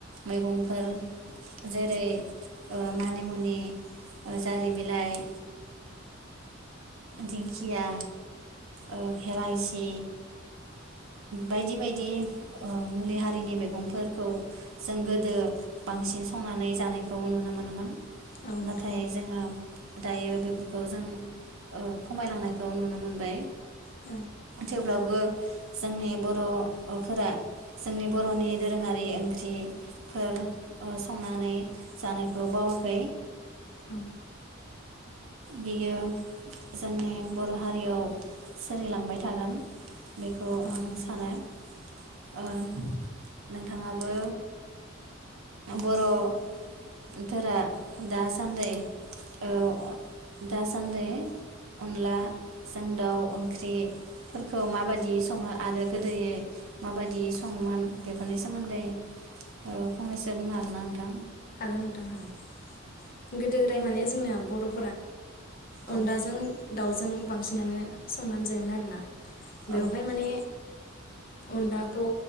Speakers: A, on the right; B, on the left.
A: मैगंफोर जेरै ओ मानिमुनि जारि बिलाइ दिंखिया ओ हेलाइसि बायदि बायदि ओ मुलि हारिनि मैगंफोरखौ जों गोदो बांसिन संनानै जानायखौ नुनो मोनोमोन।
B: औ नोंथां
A: नाथाय जोङो दायो बेफोरखौ जों ओ खमायलांनायखौ नुनो मोनबाय।
B: औ
A: थेवब्लाबो जोंनि बर'फोरा जोंनि बर'नि दोरोङारि ओंख्रिफोर ओ संनानै जानायखौ बावाखै।
B: औ नोंथां औ
A: बेयो जोंनि बर हारियाव सोलिलांबाय थागोन। बेखौ
B: औ नोंथां
A: आं सानो।
B: औ
A: ओ नोंथाङाबो बर'फोरा दासान्दि ओ दासान्दि अनलाजों दाउ ओंख्रिफोरखौ माबादि सङो आरो गोदोयै माबायदि सङोमोन बेफोरनि सोमोन्दै ओ फंनैसो बुंनो हागोनना नोंथां?
B: हागोन नोंथां हागोन। गोदो गोदाय
A: औ
B: माने जोंना बर
A: औ
B: अनलाजों दाउजों बांसिनानो संनानै जायोमोन आरोना बेवहाय
A: औ
B: माने अनलाखौ